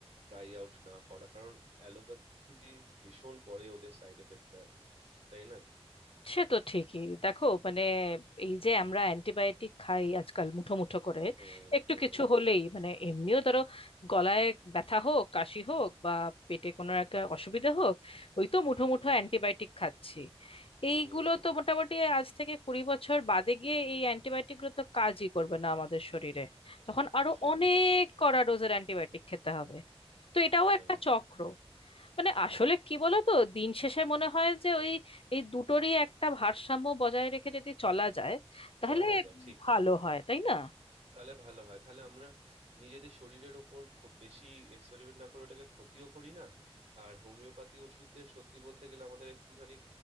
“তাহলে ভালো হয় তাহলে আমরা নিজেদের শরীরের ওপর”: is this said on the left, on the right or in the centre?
Right